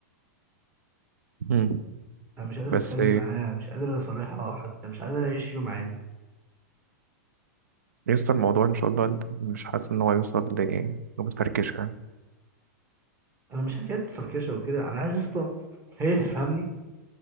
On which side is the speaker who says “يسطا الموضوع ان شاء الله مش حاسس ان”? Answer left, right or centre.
Right